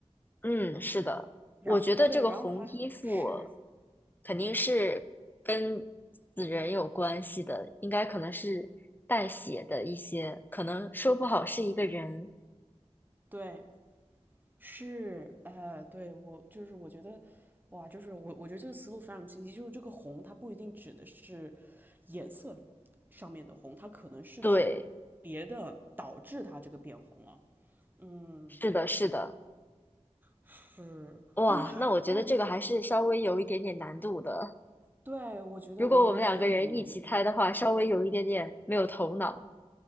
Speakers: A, on the left; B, on the right.
A: 嗯，是的，
B: 然后对，
A: 我觉得这个红衣服
B: 然后还是
A: 肯定是跟死人有关系的，应该可能是带血的一些，可能说不好是一个人，
B: 对是，呃，对我就是我觉得，哇，就是我我觉得这个思路非常清晰，就是这个红它不一定指的是颜色上面的红，它可能是指别的导致它这个变红了。
A: 对。
B: 嗯，
A: 是的，是的，
B: 是。
A: 哇，
B: 那么还还有就是，
A: 那我觉得这个还是稍微有一点点难度的。
B: 对，我觉得我觉得也有点难度。
A: 如果我们两个人一起猜的话，稍微有一点点没有头脑。